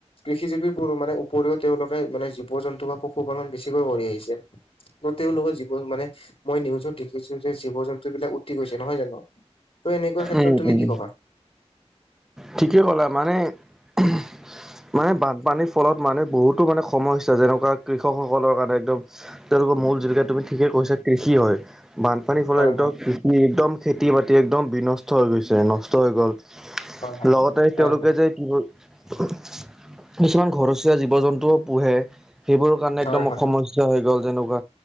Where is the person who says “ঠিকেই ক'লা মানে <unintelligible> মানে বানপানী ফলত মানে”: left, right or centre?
Centre